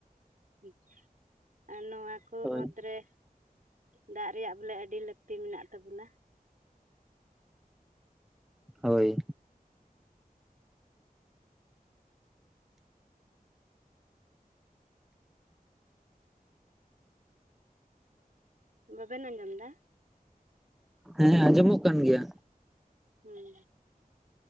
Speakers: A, on the right; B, in the centre.
A: ᱩᱸ ᱟᱨ ᱱᱚᱣᱟ ᱠᱚ
B: ᱦᱳᱭ
A: ᱢᱩᱫᱽ ᱨᱮᱼᱼ ᱫᱟᱜ ᱨᱮᱭᱟᱜ ᱵᱚᱞᱮ ᱟᱹᱰᱤ ᱞᱟᱹᱠᱛᱤ ᱢᱮᱱᱟᱜ ᱛᱟᱹᱵᱩᱱᱟ᱾
B: ᱦᱳᱭ᱾
A: ᱵᱟᱵᱮᱱ ᱟᱧᱡᱚᱢ ᱫᱟ?
B: ᱦᱮᱸ ᱟᱸᱡᱚᱢᱚᱜ ᱠᱟᱱ ᱜᱮᱭᱟ᱾
A: ᱦᱩᱸ᱾